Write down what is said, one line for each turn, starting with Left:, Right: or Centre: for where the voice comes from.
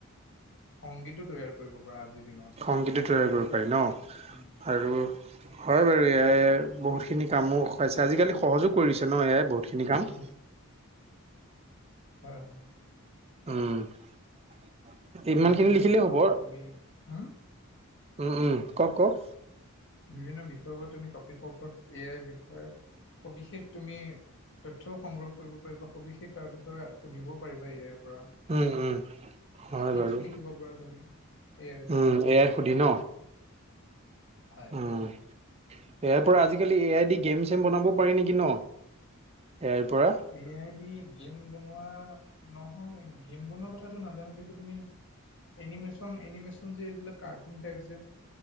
Left: সংগীতো তৈয়াৰ কৰিব পাৰা আজিৰ দিনত।
Right: সংগীটো তৈয়াৰ কৰিব পাৰি ন
Left: উম
Right: আৰু- হয়ঁ বাৰু এয়াই বহুতখিনি কামোয়ো আজিকালি সহযোগ কৰি দিছে ন এতিয়াই বহুতখিনি কাম-
Left: উম হয়ঁ হয়ঁ!
Right: উমঁ ইমানখিনি
Left: বিভিন্ন
Right: লিখিলেই
Left: বিষয়ৰ
Right: হ'ব।
Left: ওপৰত তুমি হম
Right: উমঁ উমঁ কওক কওক।
Left: বিভিন্ন বিষয়ৰওৰত তুমি টপিকৰ ওপৰত এয়াই বিষয়ে সোবিষে তুমি- তথ্যও সংগ্ৰহ কৰিব পাৰিবা সবিশেষ তাৰ বিষয়ে সুধিবও পাৰিবা এ আই পৰা।
Right: উম উম হয়
Left: স্পিচ
Right: বাৰু
Left: লিখিব পাৰা তুমি এ আই
Right: উম
Left: জৰিয়তে-
Right: এ আইত সুধি ন
Left: হয়
Right: উমঁ। এয়াৰ পৰা আজিকালি এ আই ডি গেম চেম বনাব পাৰি নেকি ন এ আইৰ পৰা।
Left: এ আই দি গেম বনোৱা নহয় গেম বনোৱা কথাটো নাজানো কিন্তু তুমি- এনিমেশ্যন এনিমেশ্যন যে এইবিলাক কাৰ্টুন টাইপ যে-